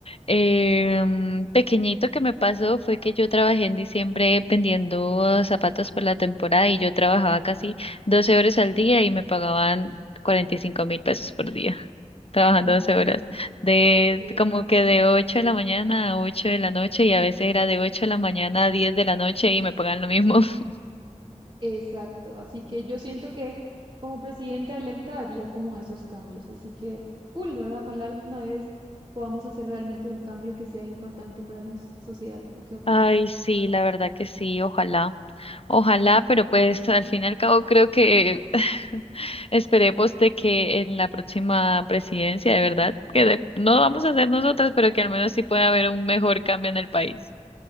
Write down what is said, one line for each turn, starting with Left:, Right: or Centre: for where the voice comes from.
Left: em, pequeñito que me pasó fue que yo trabajé en diciembre vendiendo zapatos por la temporada y yo trabajaba casi 12 horas al día y me pagaban cuarenta y cinco mil pesos por día, trabajando
Right: imagínate.
Left: 12 horas de
Right: Exacto.
Left: como que de 8 de la mañana a 8 de la noche y a veces era de 8 de la mañana a 10 de la noche y me pagan lo mismo. <laughs>
Right: Exacto, así que yo siento que como presidenta electa haría como esos cambios, así que cool, ¿verdad? Ojalá alguna vez podamos hacer realmente un cambio que sea importante para la so- sociedad, ¿o qué opinas?
Left: Ay, sí, la verdad que sí, ojalá. Ojalá,
Right: <laughs>
Left: pero pues al fin y al cabo creo que <laughs> esperemos de que en la próxima presidencia, de verdad, que de- no vamos a hacer nosotras, pero que al menos sí pueda haber un mejor cambio en el país.